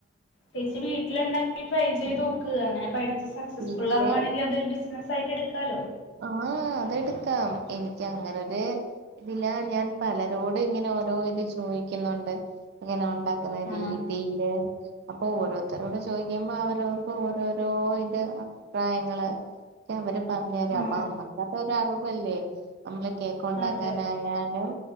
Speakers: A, on the left (about 70°); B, on the right (about 60°).
A: ചേച്ചി വീട്ടിലൊണ്ടാ ട്രൈ ചെയ്തോക്ക് അങ്ങനെ പഠിച്ച് സക്സസ്ഫുള്ളാവാണെങ്കി
B: വീട്ടില്
A: അതൊരു ബിസ്നസ് യിറ്റെടുക്കാലോ
B: ആ അതെടുക്കാം എനിക്കങ്ങനൊര് ഇതിലാ ഞാൻ പലരോട് ഇങ്ങനെ ഓരോ ഇത് ചോയിക്കുന്നുണ്ട് ങ്ങ്നെഒ ണ്ടാക്കുന്ന
A: ആ
B: രീതീല് അപ്പൊ ഓരോ ത്തരോട് ചോദിക്കുമ്പോ അവരവർക്ക് ഓരോരോ ഇത് അപ്രായങ്ങള് അവര് പറഞ്ഞാരാം
A: ആ
B: പ്പമ്മക്കൊക്കെരറിവല്ലേ നമ്മള് കേക്ക് ഉണ്ടാക്കാനായാലും
A: അതെ